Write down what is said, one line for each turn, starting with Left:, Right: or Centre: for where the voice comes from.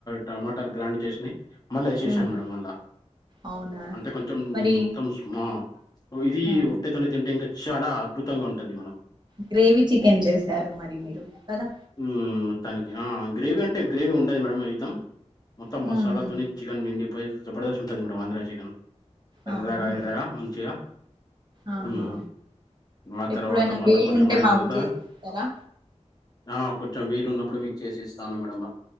Left: టమాటాలు గ్రైండ్ చేసిిన మళ్ళీ వేసేసాను
Right: హ్మ్.
Left: మేడం మళ్ళా
Right: అవునా?
Left: అంటే కొంచెం
Right: మరి
Left: మొత్తంమా స్మా ఇది
Right: ఆ!
Left: రొట్టైతోనే తింటే ఇంకా చాలా అద్భుతంగా ఉంటది మనం
Right: గ్రేవీ చికెన్ చేసారు మరి మీరు కదా
Left: మ్ మొత్తానికి ఆ గ్రేవీ అంటే గ్రేవీ ఉంటది మేడం ఐటం మొత్తం
Right: హుహు.
Left: మసాలాతోని చికెన్ నిండిపోయి జబర్దస్ ఉంటుంది మేడమ్ ఆంధ్ర చికెన్ ఎర్ర్రాగా
Right: అవునా అండి?
Left: ఎర్రగా మంచిగా
Right: ఆహా!
Left: మ్ ఆ
Right: ఎప్పుడైనా
Left: తర్వాత మళ్ళా
Right: వీలుంటే
Left: కొంచెం ఆైనదతా
Right: మాకు చేసిస్తారా?
Left: ఆ కొంచెం వీలు ఉన్నప్పుడు మీకు చేసిస్తాను మేడమ్